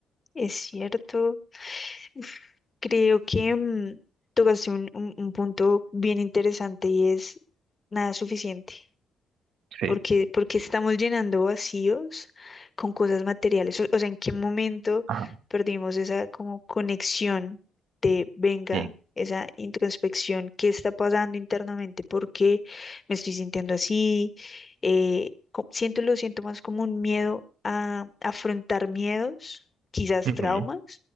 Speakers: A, on the left; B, on the right.
A: Es cierto. Uf, Creo que mm, tocaste un, un- un punto bien interesante y es nada suficiente.
B: Sí.
A: Porque, porque estamos llenando vacíos con cosas materiales. O, o sea, ¿en qué momento
B: Ajá.
A: perdimos esa como conexión de, venga,
B: Sí.
A: esa introspección, qué está pasando internamente? ¿Por qué me estoy sintiendo así? Eh, co- siento, lo siento más como un miedo a afrontar miedos, quizás
B: Ujú.
A: traumas.